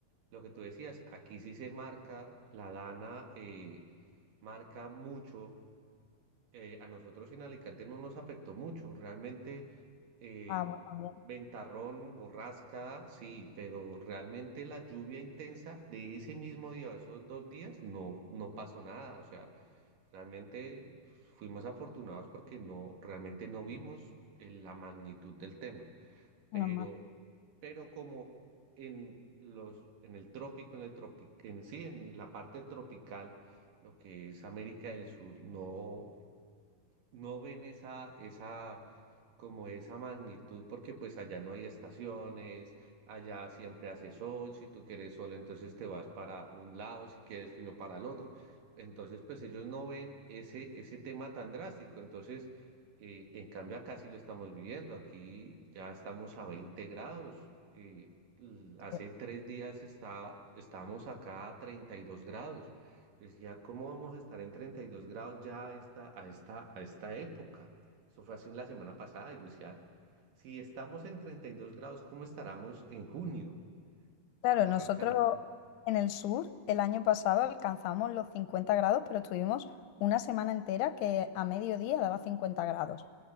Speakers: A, on the right (about 60°); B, on the left (about 80°).
A: lo que tú decías, aquí sí se marca, la DANA eh, marca mucho eh, a nosotros en Alicante no nos afectó mucho, realmente eh,
B: Ah, bueno, bien,
A: ventarrón, borrasca, sí, pero realmente la lluvia intensa de ese mismo día o esos dos días no, no pasó nada, o sea, realmente fuimos afortunados porque no, realmente no vimos eh, la magnitud del tema, pero,
B: menos mal.
A: pero como en los, en el trópico, en el tropi- en sí, en la parte tropical, lo que es América del Sur, no no ven esa, esa, como esa magnitud, porque pues allá no hay estaciones, allá siempre hace sol, si tú quieres sol, entonces te vas para un lado, si quieres frío para el otro. Entonces, pues ellos no ven ese, ese tema tan drástico. Entonces, eh, en cambio acá sí lo estamos viviendo. Aquí ya estamos a 20 grados. eh, l- hace
B: porque,
A: tres días está, estábamos acá a 32 grados. Yo decía, ¿cómo vamos a estar en 32 grados ya a esta, a esta, a esta época? Eso fue así la semana pasada y yo decía, si estamos en 32 grados, ¿cómo estaremos en junio
B: Claro,
A: arrancando?
B: nosotros en el sur el año pasado alcanzamos los 50 grados, pero estuvimos una semana entera que a mediodía daba 50 grados.